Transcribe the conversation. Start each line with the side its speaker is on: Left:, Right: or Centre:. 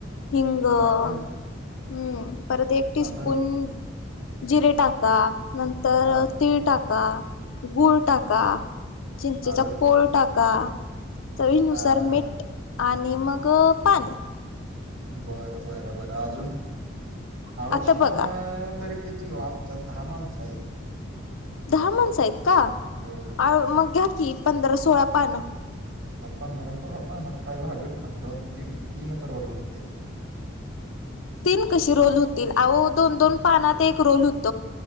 Left: हिंग
Right: हा का?
Left: हम्म परत एक टीस्पून
Right: अजून
Left: जिरे टाका. नंतर
Right: हा
Left: तीळ टाका, गूळ टाका. चिंचेचा
Right: अजून
Left: कोळ टाका. चवीनुसार
Right: हा हा
Left: मीठ
Right: हा
Left: आणि मग पाणी.
Right: बरं बरं बरं, अजून? अळूची
Left: आता
Right: पान
Left: बघा
Right: तरी किती घेऊ? आम च्यात दहा माणसं आहेत.
Left: दहा माणसं आहेत का?
Right: हो
Left: आ मग घ्या की पंधरा सोळा पानं.
Right: अहो पंधरा सोळा पानात काय भागल का? दोन, तीन, तीनच रोल होत्यात.
Left: तीन कशे रोल होतील? अहो दोन दोन, पानात एक रोल होत